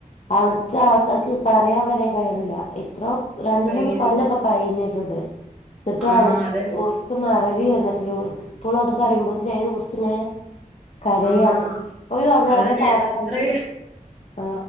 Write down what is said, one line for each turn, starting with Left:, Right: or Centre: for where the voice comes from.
Left: അവിടുത്തെ ആൾക്കാർക്ക് പറയാൻ വരെ കയിണില്ല ഇത്രോ രണ്ട്
Centre: കഴിയണില്ല
Left: മൂന്ന് കൊല്ലപ്പൊ കഴിഞ്ഞിട്ടുണ്ട് ന്നിട്ട്അവർ
Centre: ആഹ് അതന്നെ
Left: ഒര് മറവി വന്നിട്ടില്ല ഇപ്പളും അത് പറയുമ്പോഴത്തിന് അതിനെ കുറിച്ചിങ്ങനെ കരയാണ്
Centre: ആഹ്
Left: ഇപ്പോഴും അവിടെ
Centre: അതന്നെ
Left: ഓരോ പാറ
Centre: അത്രേ
Left: കല്ല് ആ